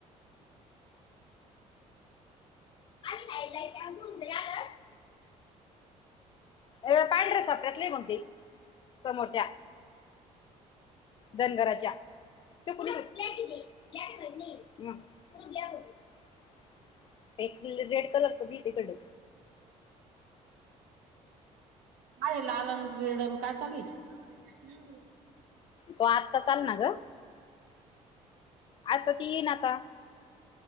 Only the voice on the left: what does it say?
काय नाय <unintelligible> तुमच <unintelligible> होय ओ पांढऱ्या सपरातल हाय मंग ते समोरच्या धनगराच्या छकुली ब्लॅकच ये ब्लँक अँड व्हाईट नाहीये म <unintelligible> एक रेड कलरच बी ये तिकड
तो आत्ताच आल ना ग आता ती येईन आता